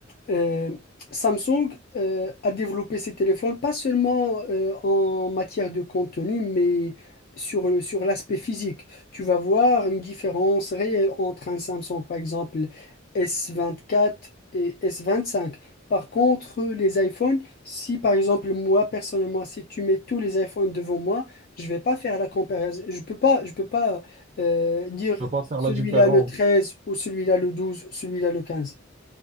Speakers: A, on the left (about 50°); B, on the right (about 35°).
A: euh, Samsung euh, a développé ses téléphones pas seulement euh, en matière de contenu, mais sur, le- sur l'aspect physique. Tu vas voir une différence réelle entre un Samsung, par exemple, s vingt-quatre et s vingt-cinq. Par contre, les iPhones, si par exemple moi personnellement, si tu mets tous les iPhones devant moi, je vais pas faire la comparaison. Je peux pas, je peux pas euh, dire
B: Je peux pas faire
A: celui-là
B: la différence.
A: le 13 ou celui-là le 12, celui-là le 15.